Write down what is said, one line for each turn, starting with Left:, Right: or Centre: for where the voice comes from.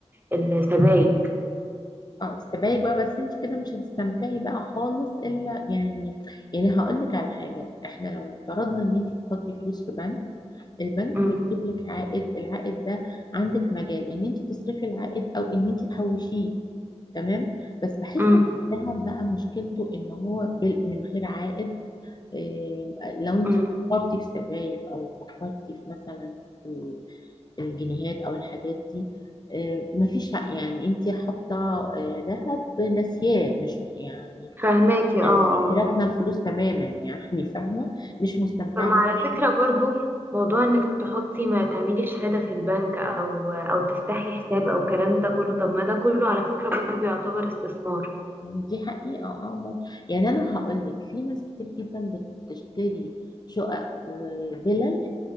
Right: السبائك
Left: اه استبعدي بقى بس انت كده مش هتستمتعي بقى خالص الا يعني يعني هقول لك على حاجه احنا لو افترضنا ان انت بتحطي فلوس في بنك البنك
Right: امم
Left: بيجيب لك عائد العائد ده عندك مجال ان انت تصرفي العائد او ان انت تحوشيه تمام بس بحس
Right: امم
Left: ان الذهب بقى مشكلته ان هو بال- من غير عائد إيه، لو انت
Right: امم
Left: فكرتي في سبائك او فكرتي في مثلا في ال- الجنيهات او الحاجات دي إيه، مفيش ع- يعني انت حاطه إيه، ذهب ناسياه مش يعني
Right: فهماكي
Left: يعني
Right: اه آه.
Left: راكنه الفلوس تماما يعني <laughs> فاهمه مش مستمتعه
Right: طب ما على
Left: بيه
Right: فكرة برضو موضوع انك تحطي ما تعملي شهادة في البنك او او تفتحي حساب او الكلام ده كله طب ما ده كله على فكرة برضو يعتبر استثمار
Left: دي حقيقه اه برضه. يعني انا هقول لك في ناس كتير جدا بتشتري شقق وفلل